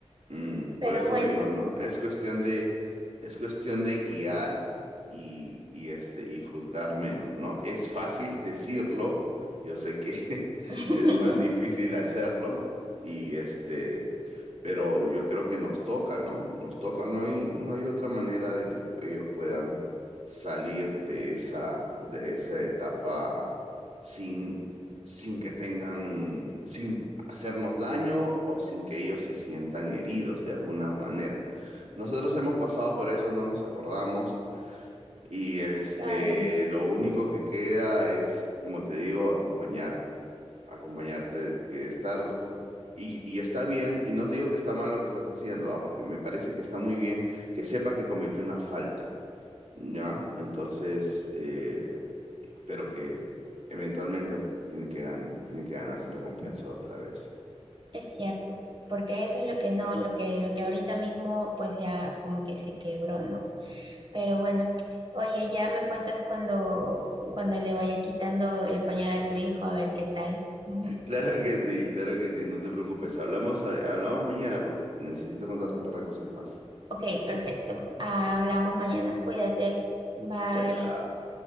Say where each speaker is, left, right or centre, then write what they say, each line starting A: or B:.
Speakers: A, on the right; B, on the right.
A: Mm, por
B: Pero
A: eso
B: bueno,
A: digo, ¿no? Es cuestión de, es cuestión de guiar y, y este, y juzgar menos, ¿no? Es fácil decirlo, yo sé que
B: <laughs>
A: <laughs> es más difícil hacerlo, y este, pero yo creo que nos toca, ¿no? Nos toca, no hay, no hay otra manera de que pu- ellos puedan salir de esa, de esa etapa sin, sin que tengan, hacernos daño o sin que ellos se sientan heridos de alguna manera. Nosotros hemos pasado por eso, no nos acordamos y este,
B: claro,
A: lo único que queda es, como te digo, acompañar, acompañarte, que estar y, y está bien y no digo que está mal lo que estás haciendo, ah, porque me parece que está muy bien que sepa que cometió una falta, ¿ya? Entonces, eh, pero que eventualmente tiene que gan- tiene que ganarse la confianza otra vez.
B: es cierto, porque eso es lo que no, lo que, lo que ahorita mismo pues ya como que se quebró, ¿no? Pero bueno, oye, ya me cuentas cuando, cuando le vayas quitando el pañal a tu hijo, a ver qué tal. <laughs>
A: Claro que sí, claro que sí, no te preocupes. Hablamos, eh, hablamos mañana porque necesito contarte un par de cosas más.
B: Ok, perfecto. Ah, hablamos mañana, cuídate. Bye.
A: Chao, chao.